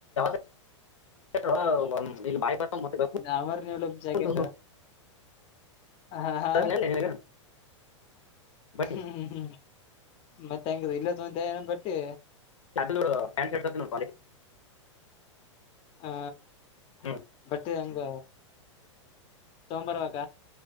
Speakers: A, on the left; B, on the left.
A: <unintelligible> ಬರ್ತಾವ ಮತ್ತೆ ಗಪ್ಪು
B: ಅಮಾರ ನೀ ಒ ಜಕೆಟ್
A: ಅಂತ
B: ಹಾ
A: ಹೋಗ್ತಾರಲ್ಲ
B: ಹಾ
A: ನಿನಗೆ. ಬಟ್
B: ಹ್ಮ್್ಮ್ ಹ್ಮ್ ಮತ್ತೆ ಹೆಂಗ ಇಲ್ಲ ತಂತ ಏನ ಬಟ್ಟಿ
A: ನದು ಪ್ಯಾಂಟ್ ಶರ್ಟ್
B: ಹಾ
A: ಹ್ಞೂ
B: ಬಟ್ೆ ಹಂಗ ತೋಂಬರ್ರುವಾಗ